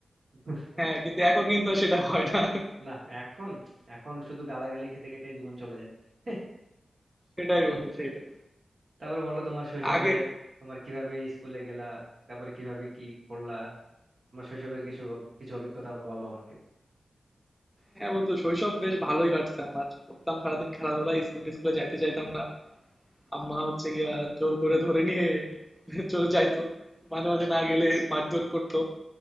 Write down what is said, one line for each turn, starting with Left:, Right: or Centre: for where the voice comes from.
Right: <laughs>
Centre: হ্যাঁ কিন্তু এখন কিন্তু আর সেটা হয় না
Right: না এখন এখন শুধু গালাগালি খেতে খেতে জীবন চলে যায় হ্যাঁ,
Centre: সেটাই
Right: আহ,
Centre: বন্ধু সেটাই
Right: তারপর বলো তোমার শৈশবে
Centre: আগে
Right: তোমার কিভাবে স্কুলে গেলা তারপরে কিভাবে কি করলা তোমার শৈশবের কিছু অভ- কিছু অভিজ্ঞতা আমাকে বলো আমাকে
Centre: হ্যাঁ বন্ধু শৈশব বেশ ভালোই কাটছে আমার করতাম সারাদিন খেলাধুলা স্কুল টিস্কুলে যাইতে চাইতাম না আম্মা হচ্ছে গিয়া জোর
Right: <laughs>
Centre: করে ধরে নিয়ে চলে যাইতো মাঝে মাঝে না গেলে মারধর করতো